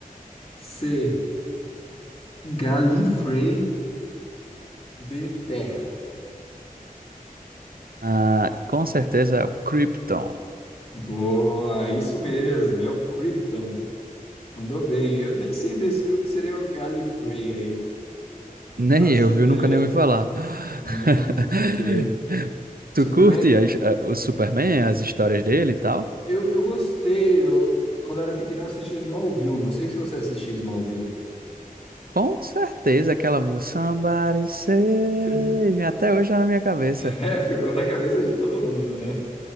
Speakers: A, on the left (about 40°); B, on the right (about 80°).
A: C, Gallifrey, D, Terra.
B: Ah, com certeza é o Krypton.
A: Boa, isso mesmo, é o Krypton. Mandou bem. Eu nem sei desse- o que seria o Gallifrey aí. Não
B: Nem
A: faço
B: eu, viu?
A: ideia.
B: Nunca nem ouvi falar. <laughs>
A: Não é muito estranho.
B: Tu
A: Superman
B: curte as- eh, o Superman, as histórias dele e tal?
A: Eu, eu gostei, eu, quando eu era pequeno eu assisti Smallville, não sei se você assistiu Smallville.
B: Com certeza aquela música Somebody Save
A: <laughs>
B: Me, até hoje tá na minha cabeça.
A: É, ficou na cabeça de todo mundo, né?